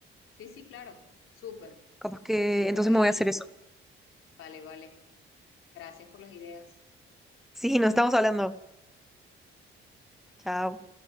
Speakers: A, on the left; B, in the centre.
A: Sí, sí, claro, súper.
B: Capaz que
A: Así
B: entonces
A: voy,
B: me voy a hacer eso.
A: vale, vale. Gracias por las ideas.
B: Sí, nos estamos hablando. Chao.